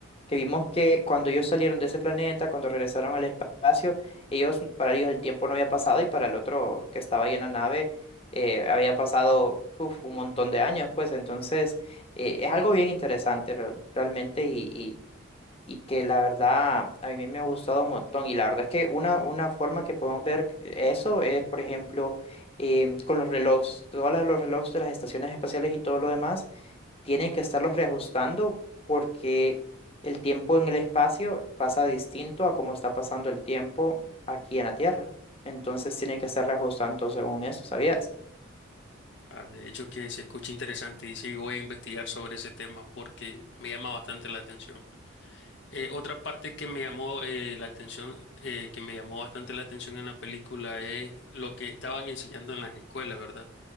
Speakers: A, on the left; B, on the left.
A: que vimos que cuando ellos salieron de ese planeta, cuando regresaron al espacio, ellos, para ellos el tiempo no había pasado y para el otro que estaba ahí en la nave eh, había pasado uf, un montón de años, pues entonces eh, es algo bien interesante re- realmente y, y, y que la verdad a mí me ha gustado un montón y la verdad es que una, una forma que podemos ver eso es, por ejemplo, em, con los relojes, todos los relojes de las estaciones espaciales y todo lo demás tienen que estarlos reajustando porque el tiempo en el espacio pasa distinto a cómo está pasando el tiempo aquí en la Tierra. Entonces tienen que estar reajustando según eso, ¿sabías?
B: Ah, de hecho, que se escucha interesante y sí, voy a investigar sobre ese tema porque me llama bastante la atención. Eh, otra parte que me llamó eh, la atención, eh, que me llamó bastante la atención en la película es lo que estaban enseñando en las escuelas, ¿verdad?